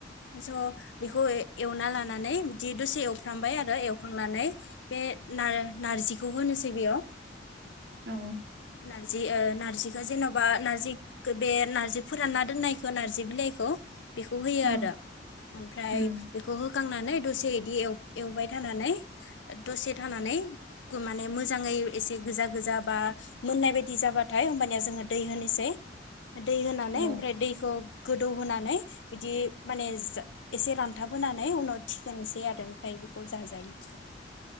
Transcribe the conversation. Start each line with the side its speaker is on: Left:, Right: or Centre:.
Left: स' बेखौ ए एवना लानानै बिदि दसे एवफ्रामबाय आरो एवखांनानै बे नार नारजिखौ होनोसै बेयाव
Right: औ
Left: नारजि ओ नार्जिखौ जेन'बा नारजि खो बे नार्जि फोरानना दोन्नायखौ नार्जि बिलाइखौ बेखौ होयो
Right: औ
Left: आरो। ओमफ्राय
Right: उम
Left: बेखौ होखांनानै दसे बिदि एवबाय थानानै दसे थानानै गु माने मोजांङै एसे गोजा गोजा बा मोननाय बायदि जाबाथाय होमबानिया जोंङो दै होनोसै दै होनानै
Right: औ
Left: ओमफ्राय दैखौ गोदौहोनानै बिदि माने जा एसे रानथाब होनोनानै उनाव थिखोनोसै आरो ओमफ्राय बेखौ जाजायो <unintelligible>